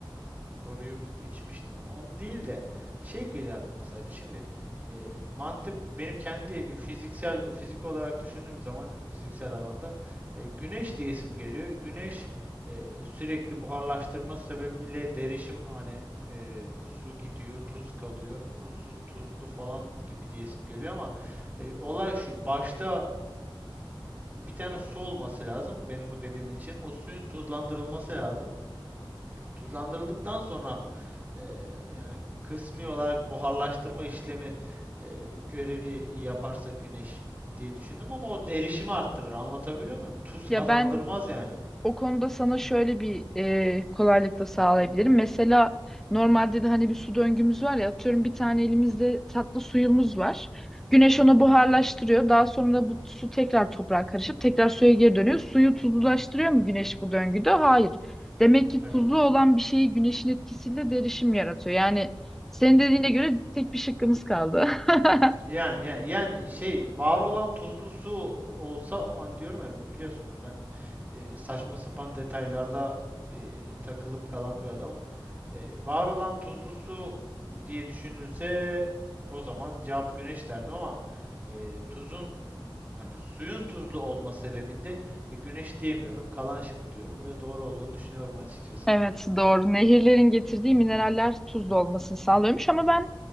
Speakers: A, on the right; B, in the centre.
A: koruyup içmiştim. On değil de şey geliyor aklıma sadece. Şimdi e, mantık benim kendi fiziksel fizik olarak düşündüğüm zaman e, fiziksel alanda e, güneş diyesim geliyor. Güneş e, sürekli buharlaştırması sebebiyle derişim hani e, su gidiyor, tuz kalıyor. O su tuzlu falan gibi diyesim geliyor ama e, olay şu. Baştaki bir tane su olması lazım benim bu dediğimin için. O suyun tuzlandırılması lazım. Tuzlandırıldıktan sonra Eee, yani kısmi olarak buharlaştırma işlemi eee, görevi yaparsa güneş diye düşündüm ama o derişimi arttırır. Anlatabiliyor muyum? Tuz
B: Ya
A: kazandırmaz
B: ben
A: yani.
B: O konuda sana şöyle bir e, kolaylık da sağlayabilirim. Mesela normalde de hani bir su döngümüz var ya atıyorum bir tane elimizde tatlı suyumuz var. Güneş
A: Hı
B: onu
A: hı.
B: buharlaştırıyor. Daha sonra bu su tekrar toprağa karışıp tekrar suya geri dönüyor. Suyu tuzlulaştırıyor
A: Hı hı.
B: mu güneş bu döngüde? Hayır. Demek ki
A: Evet.
B: tuzlu olan bir şeyi güneşin etkisiyle derişim yaratıyor. Yani senin
A: Hı hı hı
B: dediğine
A: hı.
B: göre tek bir şıkkımız kaldı. <laughs>
A: Yani yani yani şey var olan tuzlu su olsa o an diyorum ya biliyorsun beni, ben e, saçma sapan detaylarda e, takılıp kalan bir adamım. E, var olan tuzlu su diye düşünülse o zaman cevap güneş derdim ama e, tuzun Hani suyun tuzlu olma sebebinde e, güneş diyemiyorum, kalan şık diyorum ve doğru olduğunu düşünüyorum açıkçası.
B: Evet doğru. Nehirlerin getirdiği mineraller tuzlu olmasını sağlıyormuş ama ben